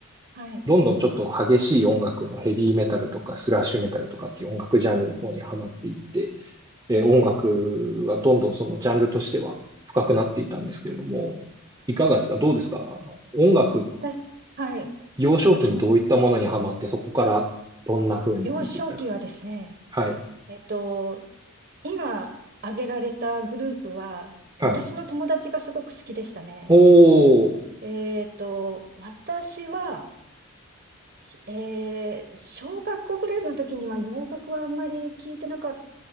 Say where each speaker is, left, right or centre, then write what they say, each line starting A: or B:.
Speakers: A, on the right; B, on the right.
A: はい。
B: どんどんちょっと激しい音楽のヘビーメタルとかスラッシュメタルとかっていう音楽ジャンルの方にはまっていって、えー音楽はどんどんそのジャンルとしては深くなっていたんですけれども、
A: ええ。
B: いかがですかどうですかあの、音楽
A: 私、はい。
B: 幼少期にどういったものにハマって、
A: あの、
B: そこからどんな風に聞いていったか。
A: 幼少期はですね、
B: はい。
A: えっと、今挙げられたグループは、
B: は
A: 私の友達がすごく好きでしたね。
B: い。おー。
A: えっと、私は、しえー小学校ぐらいの時には洋楽はあんまり聞いてなかっ